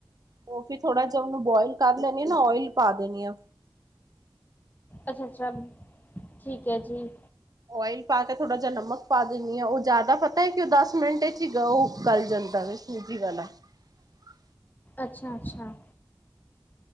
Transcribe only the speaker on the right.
ਉਹ ਫਿਰ ਥੋੜ੍ਹਾ ਜਿਹਾ ਉਹਨੂੰ ਬੋਇਲ ਕਰ ਲੈਣਾ ਆ ਨਾ ਓਇਲ ਪਾ ਦੇਦੀ ਆ
ਓਇਲ ਪਾ ਕੇ ਥੋੜ੍ਹਾ ਜਿਹਾ ਨਮਕ ਪਾ ਦਿਨਦੀ ਆ ਉਹ ਜਆਦਾ ਪਤਾ ਹੈ। ਕਿ ਉਹ ਦਸ ਮਿਟ ਚ' ਹੀ ਉਬਲ ਜਾਦਾ ਹੈ। ਸੂਜੀ ਵਾਲਾ ਆ-